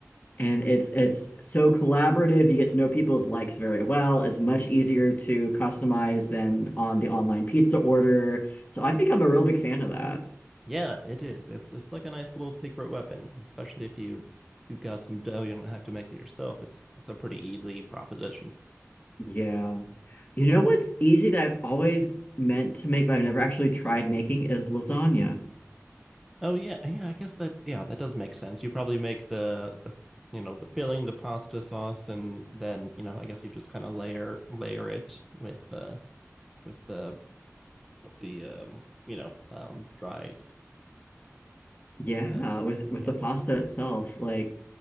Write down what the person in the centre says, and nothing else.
Yeah, it is. It's it's like a nice little secret weapon, especially if you you've got some dough, you don't have to make it yourself. It's it's a pretty easy proposition.
Oh yeah, yeah, I guess that yeah, that does make sense. You probably make the the you know, the filling, the pasta sauce, and then, you know, I guess you just kind of layer layer it with uh with the with the um, you know, um dried
uh,
yeah,